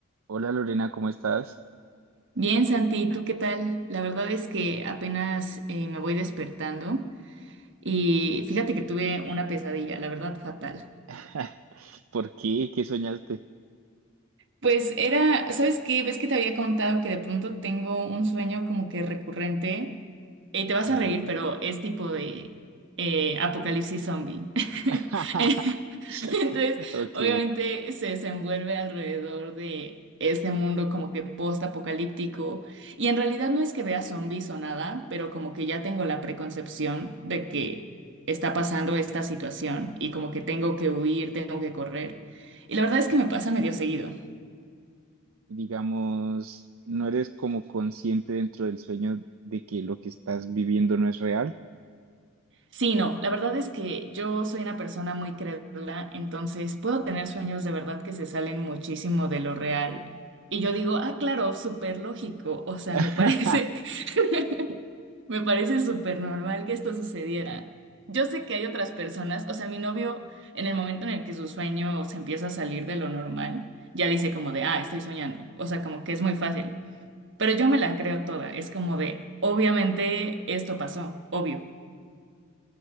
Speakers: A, on the right (about 75°); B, on the right (about 60°).
A: Hola Lorena, ¿cómo estás?
B: Bien, Santi, ¿tú qué tal? La verdad es que apenas eh, me voy despertando y fíjate que tuve una pesadilla, la verdad fatal.
A: <laughs> ¿Por qué? ¿Qué soñaste?
B: Pues era, ¿sabes qué? ¿Ves que te había contado que de pronto tengo un sueño como que recurrente? eh, te vas
A: Ujú.
B: a reír, pero es tipo de eh, apocalipsis zombie. <laughs>
A: <laughs>
B: Entonces,
A: Ok,
B: obviamente se desenvuelve alrededor de este mundo como que post-apocalíptico. Y en realidad no es que vea zombies o nada, pero como que ya tengo la preconcepción de que está pasando esta situación y como que tengo que huir, tengo que correr. Y la verdad es que me pasa medio seguido.
A: digamos, no eres como consciente dentro del sueño de que lo que estás viviendo no es real.
B: Sí, no, la verdad es que yo soy una persona muy crédula, entonces puedo tener sueños de verdad que se salen muchísimo de lo real. Y yo digo, ah, claro, súper lógico, o sea,
A: <laughs>
B: me parece, <laughs> me parece súper normal que esto sucediera. Yo sé que hay otras personas, o sea, mi novio, en el momento en el que su sueño se empieza a salir de lo normal, ya dice como de, ah, estoy soñando, o sea, como que es muy fácil. Pero yo me la creo toda, es como de, obviamente esto pasó, obvio.